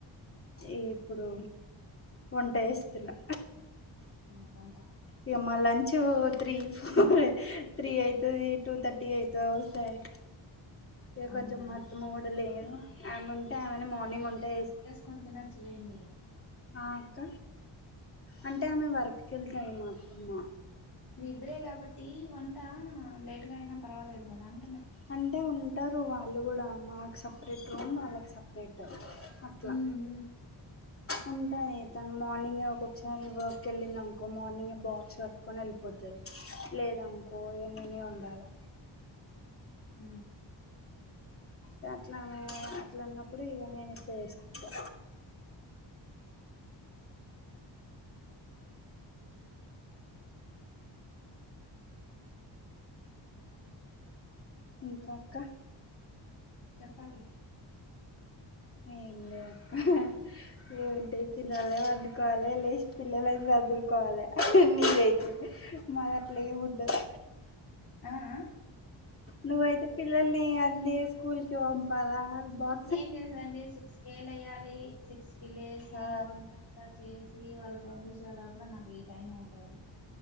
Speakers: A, on the left; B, on the left.
A: ఈప్పుడు వంట జేస్తున్నా
B: నాక్ వంట
A: ఇగ మా లంచ్ త్రీ ఫోర్ త్రీ అయితది టూ థర్టీ అయితది ఓసారి ఇగ కొంచెం
B: అవునా
A: మా అత్తమ్మ గూడా లేదు ఆముంటే ఆమెనే మార్నింగ్ వంట చేస్
B: కొని తినచ్చులేండి
A: ఆ అక్క అంటే ఆమె వర్క్ కి ఎళ్తది మా అత్తమ్మ
B: మీ ఇద్దరే గాబట్టి వంట లేట్గా అయినా పర్వాలేదు కదా అంటున్నా
A: అంటే ఉంటరు వాళ్ళు గూడా మాకు సప్రేట్ రూమ్ వాళ్ళకి సప్రేట్ అట్లా
B: ఉమ్
A: ఉంటది తను మార్నింగే ఒక్కొక్కసారి వర్క్ కెళ్ళిందినుకో మార్నింగే బాక్స్ సర్ద్ కొని ఎళ్ళిపోతది లేదనుకో ఇగ నేనే వొండాలా
B: ఊ
A: గట్లానే అట్లన్నప్పుడు ఇగ నేనిట్ల జేసుకుంటా
B: ఉమ్
A: ఇంకా అక్క
B: చెప్పాలి
A: ఏం లేవ్ అక్క ఏముంటయి తినాలే వన్డుకోవాలె లేసి పిల్లలన్ సదురుకోవాలే అన్ని ఇదైతే మాదట్లేముండద్
B: ఆ ఆ
A: నువ్వైతే పిల్లల్ని అన్నయ్య స్కూల్కి పంప్ పాలాక్ బాక్
B: ఏం జేసేదండి సిక్స్ కే లెయ్యాలి సిక్స్ కి లేసి
A: ఆ
B: వంటంతా చేసి వాళ్ళకి పంపించే లోపల నాకు ఈ టైం అవుతాది